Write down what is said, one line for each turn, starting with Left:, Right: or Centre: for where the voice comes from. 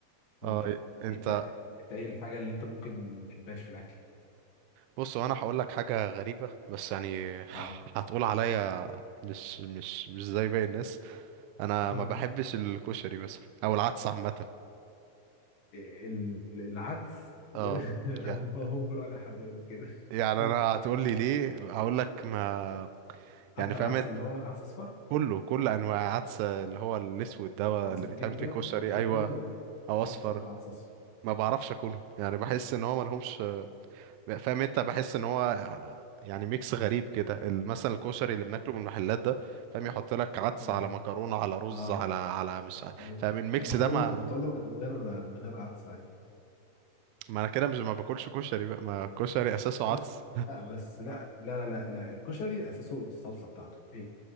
Left: وانت
Right: اه انت
Left: انت انت ايه الحاجة اللي انت ممكن ما تحبهاش في الاكل
Right: بص هو انا هقول لك حاجه غريبه بس يعني <laughs>
Left: اه
Right: هتقول عليا مش مش مش زي باقي الناس انا
Left: <laughs>
Right: ما بحبش الكشري مثلا او العدس عامه
Left: ال- العدس <laughs>
Right: اه يع-
Left: لو هو بره لا حد يقول كده
Right: يعني انا
Left: <laughs>
Right: هتقول لي ليه هقول لك ما
Left: حتى
Right: يعني فهمت
Left: العدس اللي هو عدس اصفر
Right: كله كل انواع عدس اللي هو الاسود ده
Left: عدس
Right: اللي
Left: بجبه
Right: بيتعمل فيه كشري
Left: اللي هو بجبه
Right: ايوه
Left: ولا-
Right: او
Left: وعدس
Right: اصفر
Left: عدس اصفر
Right: ما بعرفش اكلهم يعني بحس ان هو ملهمش فاهم انت بحس ان هو يعني ميكس غريب كده ال- مثلا الكشري اللي بناكله من المحلات ده فاهم يحط لك عدس
Left: اه
Right: على مكرونه على رز
Left: اه
Right: على على مش ع-
Left: إيه.
Right: فاهم الميكس
Left: طب ما
Right: ده
Left: تقول
Right: ما
Left: له طب ما تقول له من غير من غير عدس عادي
Right: ما انا كده مش ما باكلش كشري بقى ما الكشري اساسه
Left: بس
Right: عدس
Left: لا بس لا لا لا لا, لا. الكشري اساسه الصلصه بتاعته هي